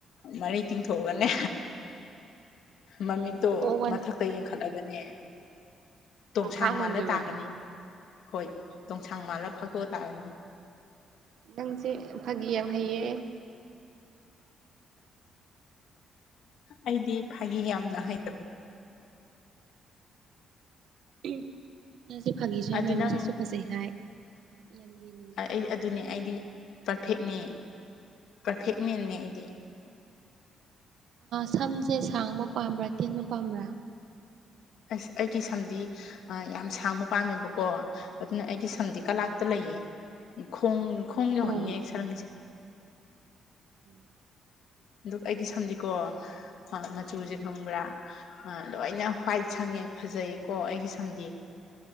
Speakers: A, on the left; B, on the right.
A: ꯃꯔꯩ ꯇꯤꯡꯊꯣꯛꯑꯒꯅꯦ
B: ꯎꯝ ꯎꯝ
A: ꯃꯃꯤꯠ
B: ꯑꯣ ꯋꯥꯟ
A: ꯃꯊꯛꯇ ꯌꯦꯡꯈꯠꯂꯒꯅꯦ ꯇꯣꯡꯁꯥꯡ
B: ꯅꯣꯡꯈꯥꯡ ꯅꯣꯡꯗꯣꯏꯕ
A: ꯃꯥꯜꯂ ꯇꯥꯒꯅꯤ ꯍꯣꯏ ꯇꯣꯡꯁꯥꯡ ꯃꯥꯜꯂ ꯐꯥꯠꯇꯣꯛꯑ ꯇꯥꯒꯅꯤ
B: ꯅꯪꯁꯦ ꯐꯥꯒꯤꯌꯥꯝ ꯍꯩꯌꯦ
A: ꯑꯩꯗꯤ ꯐꯥꯒꯤ ꯌꯥꯝꯅ ꯍꯩꯕ
B: ꯎꯝ ꯅꯪꯗꯤ ꯐꯥꯒꯤꯁꯨ ꯌꯥꯝ
A: ꯑꯗꯨ
B: ꯍꯩ
A: ꯅꯪ
B: ꯃꯁꯛꯁꯨ ꯐꯖꯩ ꯍꯥꯏ ꯌꯥꯝ ꯌꯦꯡꯅꯤꯡꯉꯦ
A: ꯑꯩ
B: ꯅꯪ ꯅꯁꯛꯇꯣ
A: ꯑꯗꯨꯅꯦ ꯑꯩꯗꯤ
B: ꯎꯅꯤꯡ
A: ꯄꯔꯐꯦꯛꯅꯦ ꯄꯔꯐꯦꯛꯃꯦꯟꯅꯦ
B: ꯑꯣ
A: ꯑꯩꯗꯤ
B: ꯁꯝꯁꯦ ꯁꯥꯡꯕ ꯄꯥꯝꯕ꯭ꯔꯥ ꯇꯦꯟꯕ ꯄꯥꯝꯕ꯭ꯔꯥ
A: ꯑꯁ ꯑꯩꯒꯤ ꯁꯝꯗꯤ ꯑ ꯌꯥꯝ ꯁꯥꯡꯕ ꯄꯥꯝꯃꯦꯕꯀꯣ ꯑꯗꯨꯅ ꯑꯩꯒꯤ ꯁꯝꯗꯤ
B: ꯎꯝ
A: ꯀꯂꯥꯛꯇ ꯂꯩꯌꯦ ꯈꯣꯡ ꯈꯣꯡ ꯌꯧꯍꯟꯅꯤ
B: ꯑꯣ
A: ꯁꯝꯁꯦ
B: ꯎꯝ
A: ꯑꯗꯨ ꯑꯩꯒꯤ ꯁꯝꯗꯤꯀꯣ ꯃꯆꯨꯁꯦ
B: ꯎꯝ
A: ꯈꯪꯕ꯭ꯔꯥ ꯂꯣꯏꯅ ꯍ꯭ꯋꯥꯏꯠ
B: ꯎꯝ
A: ꯁꯪꯉꯦ ꯐꯖꯩꯀꯣ ꯑꯩꯒꯤ ꯁꯝꯗꯤ